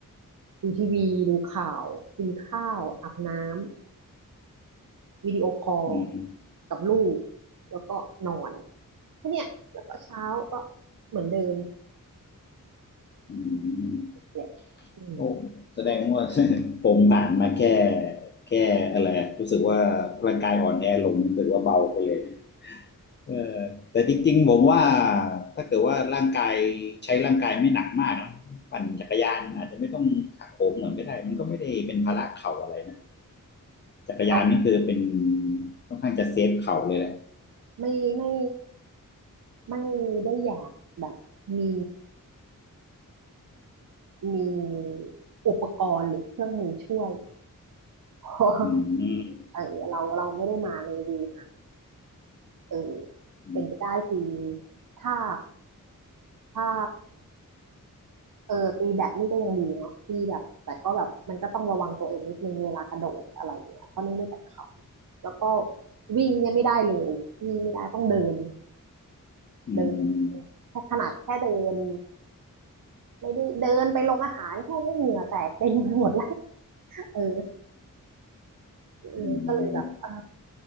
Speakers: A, on the right (about 75°); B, on the left (about 35°).
A: ดูทีวีดูข่าวกินข้าวอาบน้ำวิดีโอคอล
B: อืม
A: กับลูกแล้วก็นอนแค่เนี้ยแล้วก็เช้าก็เหมือนเดิม
B: อืม
A: แหละอืม
B: โอ้แสดงว่า <laughs> ผมผ่านมาแค่แค่อะไรอะรู้สึกว่าร่างกายอ่อนแอลงรู้สึกว่าเบาไปเลยนะเออแต่จริงๆผมว่าถ้าเกิดว่าร่างกายใช้ร่างกายไม่หนักมากนะปั่นจักรยานอาจจะไม่ต้องหักโหมเหมือนก็ได้มันก็ไม่ได้เป็นภาระเข่าอะไรนะจักรยานนี่คือเป็น
A: เรา
B: ค่อนข้างจะเซฟเข่าเลยแหละ
A: ไม่ไม่ไม่ได้อยากแบบมีมีอุปกรณ์หรือเครื่องมือช่วย <laughs> เพราะ
B: อืม
A: เออเราเราไม่ได้มาในวีนะเออ
B: อืม
A: เป็นไปได้คือถ้าถ้า เออตีแบดนี่ก็ยังดีเนาะที่แบบแต่ก็แบบมันก็ต้องระวังตัวเองนิดนึงเวลากระโดดอะไรเงี้ยเพราะนี่ไม่แต่เขาแล้วก็วิ่งเนี่ยไม่ได้เลยวิ่งไม่ได้ต้องเดิน
B: อืม
A: เดินแค่ขนาดแค่เดินไม่ได้เดินไปลงอาหารแค่นี้เหงื่อแตกเต็มไปหมดแล้ว <laughs> เออเออก็เลยแบบอ่า
B: <laughs>